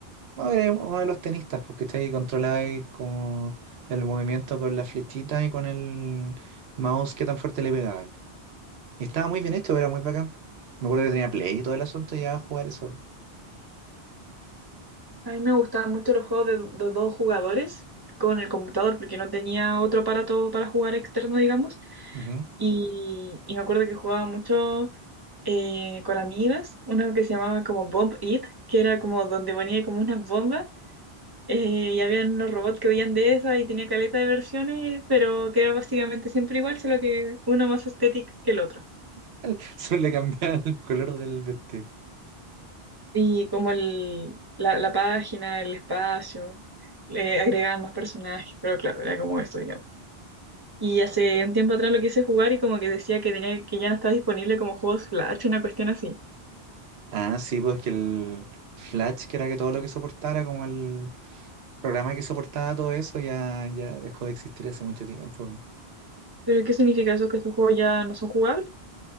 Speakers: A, on the right; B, on the right.
A: No, era uno de los tenistas, porque está ahí controlaba ahí como el movimiento con la flechita y con el mouse que tan fuerte le pegaba. Y estaba muy bien hecho, era muy bacán. Me acuerdo que tenía play y todo el asunto y llegaba a jugar eso.
B: A mí me gustaban mucho los juegos de, de dos jugadores con el computador, porque no tenía otro aparato para jugar externo, digamos.
A: Ujú.
B: Y, y me acuerdo que jugaba mucho eh, con amigas, uno que se llamaba como Bomb It, que era como donde ponía como unas bombas eh, y había unos robots que huían de esas y tenía caleta de versiones, pero que era básicamente siempre igual, solo que uno más estético que el otro.
A: <laughs> Solo le cambiaban el color del vestido.
B: Y como el, la, la página, el espacio, le agregaban más personajes, pero claro, era como esto, digamos. Y hace un tiempo atrás lo quise jugar y como que decía que tenía que ya no está disponible como juegos Flash, una cuestión así.
A: Ah, sí, pues que el Flash, que era que todo lo que soportara, como el programa que soportaba todo eso, ya, ya dejó de existir hace mucho tiempo.
B: ¿Pero qué significa eso? ¿Que esos juegos ya no son jugables?